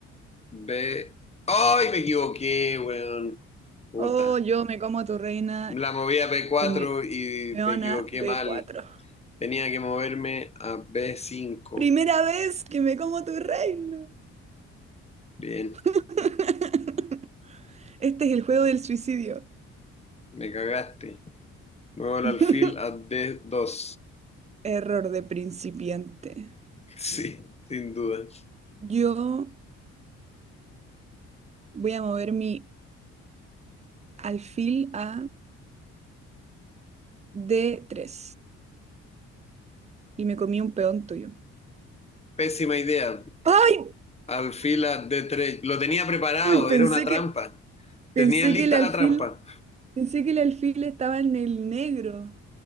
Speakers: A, on the left (about 20°); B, on the right (about 20°).
A: B. ¡Ay, me equivoqué, weón! Puta.
B: Oh, yo me como a tu reina
A: La moví a b cuatro
B: con mi
A: y
B: peón
A: me equivoqué
B: a b
A: mal.
B: cuatro.
A: Tenía que moverme a b cinco
B: Primera vez que me como tu reina.
A: Bien,
B: <laughs> Este es el juego del suicidio.
A: me cagaste. Muevo el
B: <laughs>
A: alfil a d dos
B: Error de principiante.
A: Sí, sin duda.
B: Yo voy a mover mi alfil a d tres y me comí un peón tuyo.
A: Pésima idea.
B: ¡Ay!
A: Alfil a d tres Lo tenía preparado,
B: Uy, pensé
A: era una trampa.
B: que pensé
A: Tenía lista
B: que el alfil,
A: la trampa.
B: pensé que el alfil estaba en el negro,